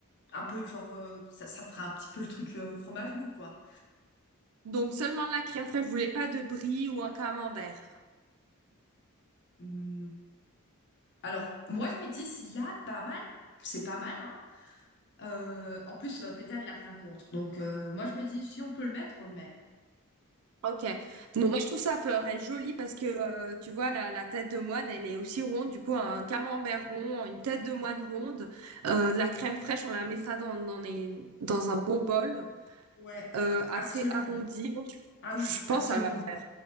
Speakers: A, on the left (about 55°); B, on the right (about 80°).
A: un peu genre, euh, ça, ça ferait un petit peu le truc euh, fromage mou, quoi.
B: Donc seulement de la crème fraîche, vous voulez pas de brie ou un camembert?
A: Hum, Alors, moi, je me dis, s'il y a pas mal, c'est pas mal, hein. Euh, en plus, euh, Peter, il a rien contre. Donc, euh, moi, je me dis, si on peut le mettre, on le met.
B: Ok. Non, moi je trouve ça ferait joli parce que euh, tu vois la, la tête de moine elle est aussi ronde du coup un camembert rond une tête de moine ronde euh, de la crème fraîche on la mettra dans dans, les- dans un bon bol
A: Ouais,
B: euh, assez
A: absolument.
B: arrondi Moi, je,
A: Ah
B: je
A: oui,
B: pense
A: absolument.
B: que ça va le faire